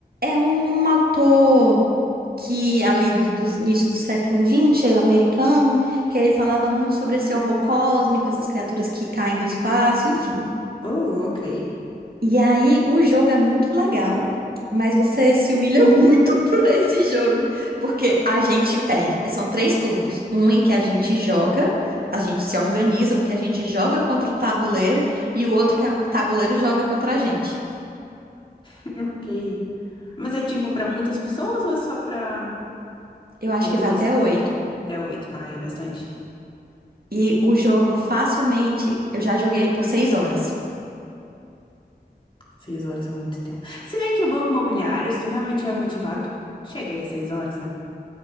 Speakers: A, on the right; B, on the left.
A: é um autor que ali do, do início do século XX, é americano, que ele falava muito sobre esse horror cósmico, essas criaturas que caem do espaço, enfim.
B: Oh, ok.
A: E aí, o jogo é muito legal, mas você se humilha <laughs> muito por esse jogo, porque a gente perde. São três turnos: um em que a gente joga, a gente se organiza, um que a gente joga contra o tabuleiro e o outro que é o tabuleiro joga contra a gente.
B: <laughs> Ok. Mas é tipo pra muitas pessoas ou é só pra
A: Eu acho
B: é duas
A: que vai até oito.
B: até oito? Ah, é bastante.
A: E o jogo, facilmente, eu já joguei ele por seis horas.
B: Seis horas é muito tempo. Se bem que o banco imobiliário, se tu realmente estiver motivado, tu chega aí às seis horas, né?